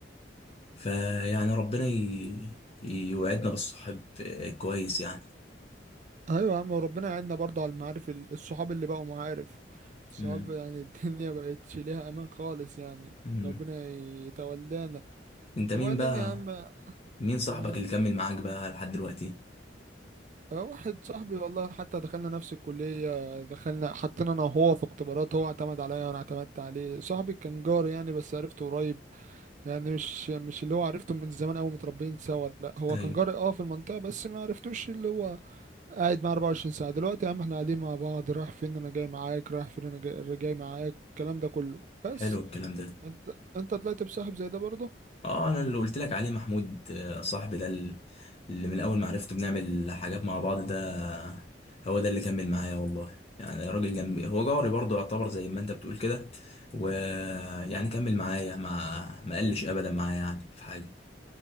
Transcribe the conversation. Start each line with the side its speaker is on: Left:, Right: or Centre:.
Left: فيعني ربنا ي... يوعدنا بالصحاب آه، كويس يعني
Right: ايوه يا عم وربنا يعيننا برضه على المعارف ال- الصحاب اللي بقوا معارف صحاب
Left: مم.
Right: يعني <laughs> الدنيا مبقتش ليها امان خالص يعني
Left: مم.
Right: ربنا يتولانا
Left: انت
Right: وبعدين
Left: مين بقى
Right: يا عم
Left: مين صاحبك
Right: مم،
Left: اللي كمل معاك بقى لحد دلوقتي
Right: أه، واحد صاحبي والله حتى دخلنا نفس الكلية دخلنا حطينا انا وهو في اختبارات هو اعتمد عليا وانا اعتمدت عليه صاحبي كان جاري يعني بس عرفته قريب يعني مش مش اللي هو عرفته من زمان قوي متربيين سوا لا هو
Left: ايوه
Right: كان جاري اه في المنطقة بس ما عرفتوش اللي هو قاعد معاه 24 ساعة دلوقتي يا عم احنا قاعدين مع بعض رايح فين انا جاي معاك رايح فين انا جاي, جاي معاك الكلام ده كله بس
Left: حلو الكلام ده
Right: انت انت طلعت بسحب زي ده برضه
Left: اه انا اللي قلت لك عليه محمود آه، صاحبي ده ال- اللي من اول ما عرفته بنعمل حاجات مع بعض ده هو ده اللي كمل معايا والله يعني راجل جنبي هو جاري برضه يعتبر زي ما انت بتقول كده ويعني كمل معايا ما ما قلش ابدا معايا يعني في حاجه